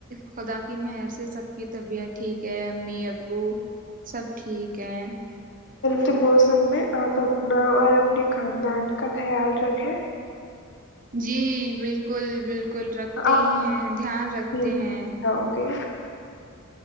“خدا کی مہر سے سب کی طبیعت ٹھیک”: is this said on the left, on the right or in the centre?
Right